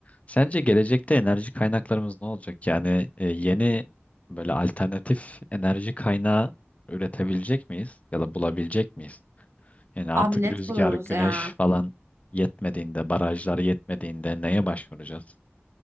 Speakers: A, on the left (about 30°); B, on the right (about 75°).
A: Sence gelecekte enerji kaynaklarımız ne olacak? Yani e, yeni böyle alternatif enerji kaynağı üretebilecek miyiz ya da bulabilecek miyiz? Yani artık
B: Abi net
A: rüzgar,
B: buluruz
A: güneş
B: ya.
A: falan yetmediğinde, barajlar yetmediğinde neye başvuracağız?